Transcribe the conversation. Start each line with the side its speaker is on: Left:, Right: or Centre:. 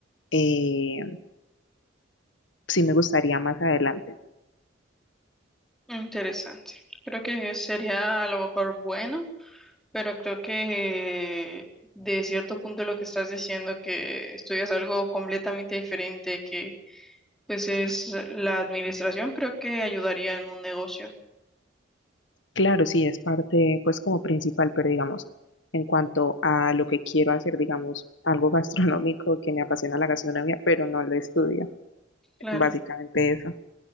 Left: eh, sí me gustaría más adelante.
Centre: Interesante. Creo que sería a lo mejor bueno, pero creo que de cierto punto lo que estás diciendo, que estudias algo completamente diferente, que pues es la administración, creo que ayudaría en un negocio.
Left: Claro, sí, es parte, pues como principal, pero digamos, en cuanto a lo que quiero hacer, digamos, algo <laughs> gastronómico que me apasiona la gastronomía, pero no lo estudio.
Centre: Claro.
Left: Básicamente eso.